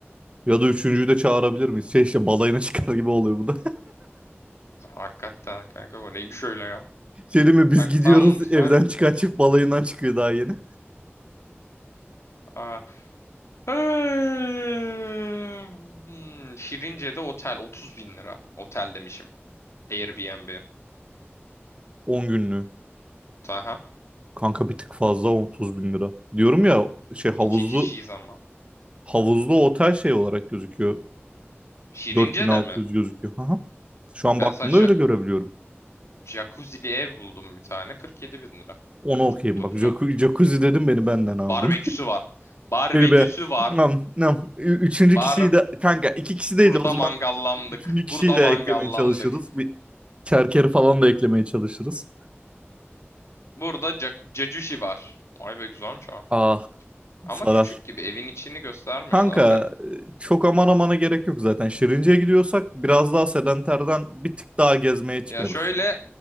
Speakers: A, on the right (about 25°); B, on the left (about 80°).
A: Ya da üçüncüyü de çağırabilir miyiz? Şey işte balayına <laughs> çıkar gibi oluyor bu da.
B: Hakikaten kanka bu neymiş öyle ya.
A: <laughs> Şey değil mi biz
B: Bak
A: gidiyoruz
B: tam mutfak
A: evden çıkan çift balayından çıkıyor daha yeni.
B: Aa. <sighs> Hmm, Şirince'de otel 30 bin lira. Otel demişim. Airbnb.
A: 10 günlüğü.
B: Aha.
A: Kanka bir tık fazla 30 bin lira. Diyorum ya şey havuzlu
B: İki kişiyiz ama.
A: havuzlu otel şey olarak gözüküyor.
B: Şirince'de
A: 4600
B: mi?
A: gözüküyor. Aha. Şu an
B: E, Ben
A: baktığımda
B: sana ja-
A: öyle görebiliyorum.
B: jacuzzi'li ev buldum bir tane. 47 bin lira.
A: Onu okuyayım
B: Çok
A: bak.
B: güzel.
A: Jacu- Jacuzzi dedim beni benden aldın.
B: Barbeküsü var.
A: <laughs>
B: Barbeküsü
A: Beni be.
B: var.
A: Nam, nam. Ü- Üçüncü
B: Bar
A: kişiyi de kanka iki kişi değil
B: burada
A: de o zaman
B: mangallandık.
A: üçüncü kişiyi
B: Burada
A: de
B: mangallandık.
A: eklemeye çalışırız. Bir kerkeri falan da eklemeye çalışırız.
B: Burada ca- cacuşi var. Ay be güzelmiş ha.
A: Ah
B: Ama
A: sarar.
B: küçük gibi evin içini göstermiyorlar
A: Kanka
B: pek.
A: e, çok aman amana gerek yok zaten. Şirince'ye gidiyorsak biraz daha sedenterden bir tık daha gezmeye çıkarız.
B: Ya şöyle